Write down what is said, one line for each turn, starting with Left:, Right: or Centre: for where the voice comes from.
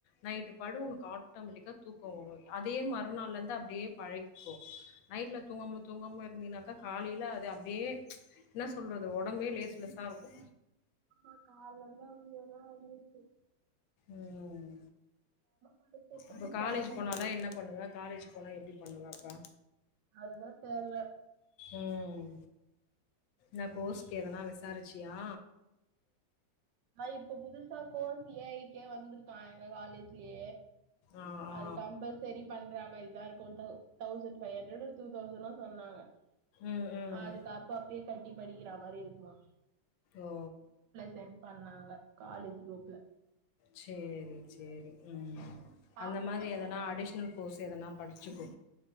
Left: நைட்டு படு ஒனக்கு ஆட்டோமேட்டிக்கா தூக்கோ வரு அதே மறுநாள்ல இந்து அப்டியே பழகிக்கோ நைட்ல தூங்காம தூங்காம இருந்தீனாக்கா காலைல அது அப்டியே என்ன சொல்றது ஒடம்பே லேஸ்லேஸ்ஸா இருக்கு
Right: அ கால்லந்து அவிங்க தா <unintelligible>
Left: ம்
Right: படுத்துட்டு
Left: இப்ப காலேஜ்
Right: சாயந்தரமா
Left: போனாலா என்ன பண்ணுவ காலேஜ் போனா எப்டி பண்ணுவாப்பா
Right: அதுதா தேர்ல
Left: ம் ந கோஸ்க்கு எதனா விசாருச்சியா
Right: இப்ப புதுசா கோர்ஸ் ஏஐக்கே வந்துருக்கா எங்க காலேஜ்யே
Left: ஆ ஆ
Right: அது கம்பல்செரி பண்றா மயி தா இருக்கு தவ் தவ்சண் பைவ் ஹண்ரடு தூதவ்சனா சொன்னாங்க
Left: ம் ம்
Right: அதுக்கு அப் அப்பியே கட்டி படிக்கிறா மாரி இருக்குமா
Left: ஓ
Right: சென் பண்ணாங்க அலேஜ் குரூப்ல
Left: சேரி சேரி ம்
Right: பாப்பா
Left: அந்த மாரி
Right: என்ன பண்றா
Left: எதனா அடிஷ்னுல் கோர்ஸ் எதனா படிச்சுகோ